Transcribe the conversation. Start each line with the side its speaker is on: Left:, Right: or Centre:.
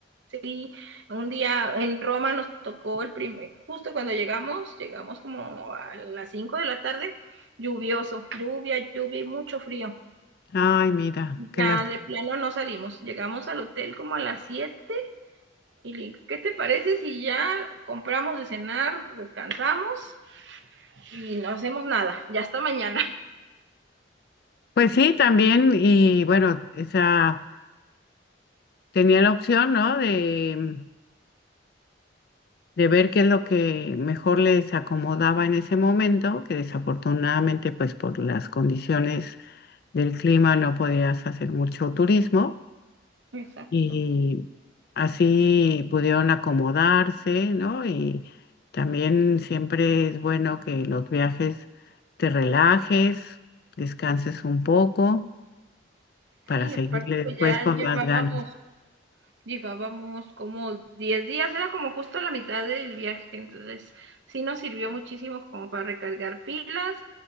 Right: Sí, un día en Roma nos tocó el primer, justo cuando llegamos, llegamos como a las 5 de la tarde, lluvioso, lluvia, lluvia y mucho frío.
Left: Ay, mira, qué
Right: Ya
Left: lástima.
Right: de plano no salimos, llegamos al hotel como a las siete Y le digo, ¿qué te parece si ya compramos de cenar, descansamos y no hacemos nada? Ya hasta mañana.
Left: Pues sí, también, y bueno, esa tenía la opción, ¿no? De, de ver qué es lo que mejor les acomodaba en ese momento, que desafortunadamente, pues por las condiciones del clima no podías hacer mucho turismo.
Right: <laughs> Exacto.
Left: y así pudieron acomodarse, ¿no? Y también siempre es bueno que los viajes te relajes, descanses un poco para
Right: Sí,
Left: seguirle
Right: aparte
Left: después
Right: pues ya
Left: con
Right: llevábamos,
Left: más ganas.
Right: llevábamos como 10 días, era como justo la mitad del viaje, entonces sí nos sirvió muchísimo como para recargar pilas,